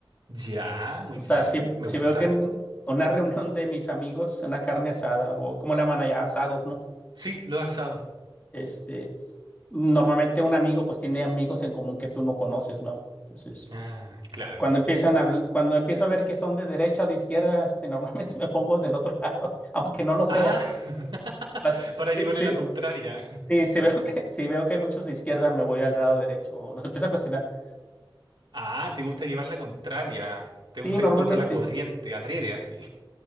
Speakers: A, on the right; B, on the left.
A: Ya, muy
B: O
A: bien,
B: sea, si,
A: me
B: si
A: gusta.
B: veo que en una reunión de mis amigos, una carne asada, o como le llaman allá, asados, ¿no?
A: Sí, lo asado.
B: Este, s- normalmente un amigo pues tiene amigos en común que tú no conoces, ¿no? Entonces,
A: Ah, claro.
B: cuando empiezan a habl- cuando empiezo a ver que son de derecha o de izquierda, este, normalmente <laughs> me pongo del otro lado, <laughs> aunque no lo sea.
A: Ah, <laughs>
B: O sea, s-
A: para
B: si
A: llevarle
B: si
A: la contraria.
B: sí, si veo que, si veo que hay muchos de izquierda, me voy al lado derecho, o los empiezo a cuestionar.
A: Ah, te gusta llevar la contraria. Te
B: Sí,
A: gusta
B: normalmente.
A: ir contra la corriente, adrede así.